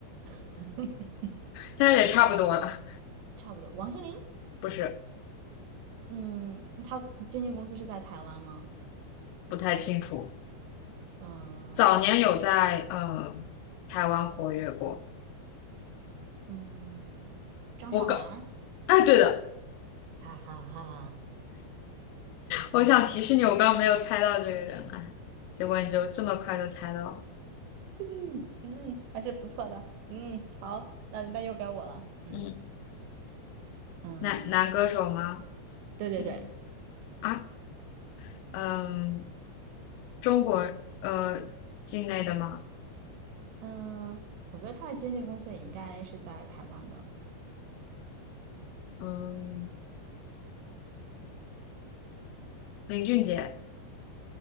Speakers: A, on the right (about 75°); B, on the left (about 85°).
A: <laughs>，
B: 但是也差不多了。
A: 嗯，差不多。王心凌，
B: 不是，
A: 嗯，他经纪公司是在台湾吗？
B: 不太清楚。
A: 嗯
B: 早年有在呃台湾活跃过。
A: 嗯，张韶涵。
B: 我刚，哎，对的，
A: 哈哈哈
B: 我想提示你，我刚没有猜到这个人哎，结果你就这么快就猜到了。
A: 嗯嗯，还是不错的。嗯，好，那那又该我了。嗯
B: 嗯，
A: 嗯，
B: 男男歌手吗？
A: 对对对，
B: 嗯啊，嗯，中国呃境内的吗？
A: 嗯，我觉得他的经纪公司也应该是在台湾的。
B: 嗯，林俊杰。